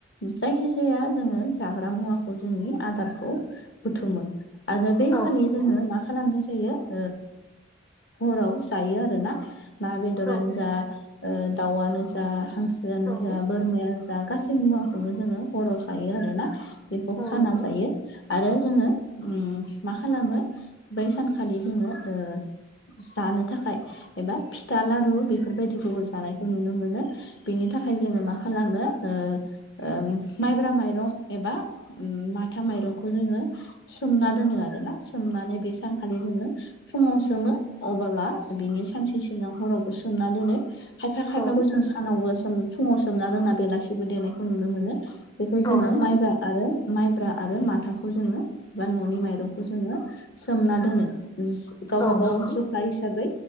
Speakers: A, on the left (about 60°); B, on the left (about 20°).
A: जायखि जाया जोङो जाग्रा मुवाखौ जोंनि आदारखौ बुथुमो। आरो बे
B: औ
A: खालि
B: नंगौ
A: जोङो मा खालामनाय जायो ओ हराव जायो आरो ना ना बेदरानो
B: औ
A: जा ओ दाउआनो जा हांसोआनो
B: औ
A: जा बोरमाया दा गासै मुवाखौनो जोङो हराव जायो आरोना बेखौ
B: औ
A: खाना
B: नंगौ
A: जायो। आरो जोङो ओम मा खालामो बै सानखालि जोङो ओ जानो थाखाय एबा फिथा लारु बेफोरबायदिखौबो जानायखौ नुनो मोनो। बिनि थाखाय जोङो मा खालामो ओ ओ माइब्रा माइरं एबा ओ माथा माइरंखौ जोङो सोमना दोनो आरो ना सोमनानै बे सानखालि जोङो फुङाव सोमो अब्ला बिनि सानसे हरावबो सोमना दोनो खायफा खायफाखौ
B: औ
A: जों सा सानावबो सोम फुङाव सोमना दोनना बेलासिबो देनायखौ नुनो मोनो बेखौ
B: औ
A: जोङो
B: नंगौ
A: माइब्रा। आरो माइब्रा आरो माथाखौ जोङो बा न'नि माइरंखौ जोङो सोमना दोनो। जि गावबा
B: औ
A: गाव
B: नंगौ
A: जखा हिसाबै